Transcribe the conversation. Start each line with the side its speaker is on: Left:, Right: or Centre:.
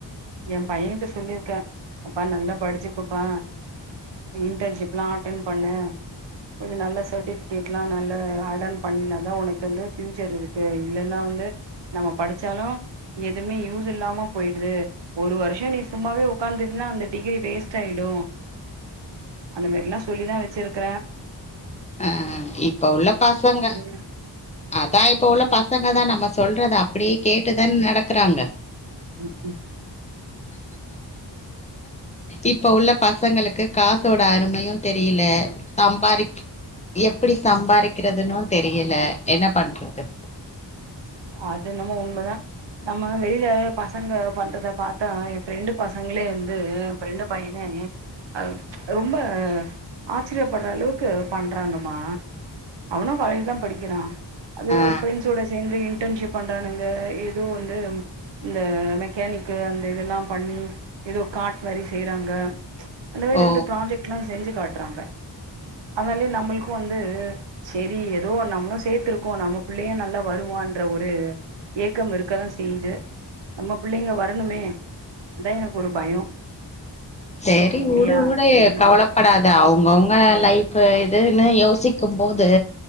Right: எம் பையன்ட்ட சொல்லிருக்கே அப்பா நல்லா படுச்சுகொப்பா இன்டர்ன்ஷிப்லா அட்டன் பண்ணு கொஞ்சோ நல்லா சர்டிஃபிகேட்லா நல்ல அடன் பண்ணாதா உனக்கு வந்து ஃபியூச்சர் இருக்கு இல்லன்னா வந்து நம்ம படிச்சாலு எதுமே யூஸ் இல்லாம போயிடுது ஒரு வருஷோ நீ சும்மாவே உக்காந்தின்னா அந்த டிகிரி வேஸ்ட் ஆயிடு அந்த மாரிலா சொல்லிதா வெச்சிருக்குற
Left: அ இப்ப உள்ள பசங்க
Right: ம்
Left: அதா இப்ப உள்ள பசங்க தா நம்ம சொல்றத அப்டியே கேட்டுதானே நடக்குறாங்க
Right: ஹு ம்
Left: இப் ப்ப உள்ள பசங்களுக்கு காசோட அருமையு தெரியில சம்பாரிக் எப்பிடி சம்பாரிக்கிறதுன்னு தெரியல என்ன பண்றது
Right: அதென்னமோ உண்மதா நம்ம வெளில பசங்க பண்றத பாத்தா என் ஃப்ரெண்டு பசங்ளே வந்து ஃப்ரெண்டு பையனே அ ரொம்ப ஆச்சிரியப்பட்ற அளவுக்கு பண்றாங்கமா அவனு காலேஜ்தா படிக்கிறா அது
Left: ஆ
Right: ஃப்ரெண்ஸோட சேந்து து இன்டர்ன்ஷிப் பண்றானுங்க எதோ வந்து இந்த மெக்கானிக்கு அந்த இதெல்லா பண்ணி எதோ காட் மாரி செய்றாங்க அதவே
Left: ஓ
Right: நிண்டு ப்ராஜெக்ட்லா செஞ்சு காட்றாங்க அதனாலே நம்முள்க்கு வந்து செரி ஏதோ நம்ளு சேத்துருக்கோ நம்ம புள்ளயு நல்லா வரு வான்ற ஒரு ஏக்கம் இருக்கதா செய்து நம்ம பிள்ளைங்க வரணுமே அதா எனக்கு ஒரு பயோ
Left: சேரி
Right: இல்லையா
Left: உடு உடு
Right: ம்
Left: கவலப் படாத அவ்ங்கவுங்க லைஃபு இதுன்னு யோசிக்கும் போது